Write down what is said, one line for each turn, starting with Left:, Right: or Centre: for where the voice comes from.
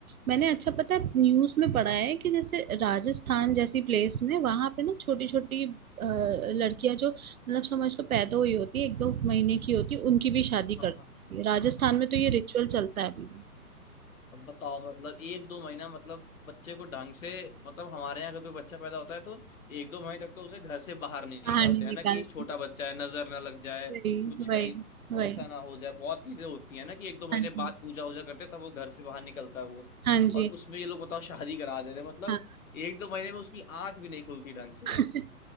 Right: मैंने अच्छा पता है न्यूज में पढ़ा है कि जैसे राजस्थान जैसी प्लेस में वहां पे ना छोटी छोटी लड़कियां जो मतलब समझ लो पैदा हुई होती है एक दो महीने की होती है उनकी भी शादी
Left: हाँ
Right: कर देती
Left: हाँ
Right: है राजस्थान में तो ये
Left: हाँ।
Right: रिचुअल चलता है अभी भी
Left: अब बताओ मतलब एक दो महीना मतलब बच्चे को ढंग से मतलब हमारे यहाँ कभी बच्चा पैदा होता है तो एक दो महीने तक तो उसे घर से बाहर नहीं निकालते
Right: कहानी निकाल
Left: है ना कि एक छोटा बच्चा है नजर ना लग जाए
Right: वही,
Left: कुछ
Right: वही,
Left: कहीं
Right: वही।
Left: ऐसा ना हो जाए बहुत चीजें होती है ना कि एक दो महीने
Right: हाँ जी,
Left: बाद पूजा वूजा करते तब वो घर से बाहर निकलता है वो
Right: हाँ जी,
Left: और उसमें ये लोग बताओ शादी करा दे रहे हैं। मतलब
Right: हाँ।
Left: एक दो महीने में उसकी आंख भी नहीं खुलती ढंग से
Right: <laughs>